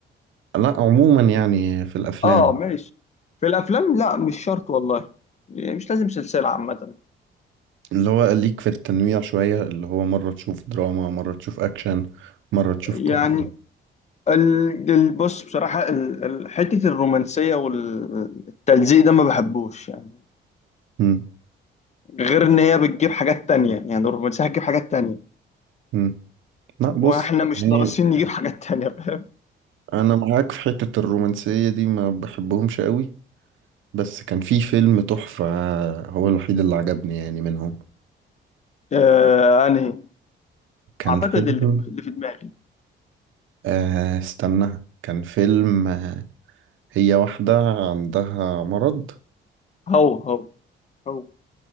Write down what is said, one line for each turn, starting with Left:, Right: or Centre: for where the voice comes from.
Right: لا عموما يعني في الأفلام
Left: اه ماشي في الافلام لا مش شرط والله يعني مش لازم سلسلة عامة
Right: اللي هو ليك في التنويع شوية اللي هو مرة تشوف دراما مرة تشوف أكشن مرة تشوف
Left: يعني
Right: كوميدي
Left: ال- ال- بص بصراحة ال- ال- حتة الرومانسية والتلزيق ده ما بحبوش يعني
Right: مم.
Left: غير إن هي بتجيب حاجات تانية يعني الرومانسية هتجيب حاجات تانية
Right: مم. لا بص
Left: وإحنا مش
Right: يعني
Left: ناقصين نجيب حاجات تانية فاهم؟
Right: أنا معاك في حتة الرومانسية دي ما بحبهمش قوي بس كان في فيلم تحفة هو الوحيد اللي عجبني يعني منهم
Left: آه أنهي
Right: كان
Left: أعتقد
Right: فيلم
Left: اللي اللي في دماغي
Right: آه استنى كان فيلم هي واحدة عندها مرض
Left: هو هو هو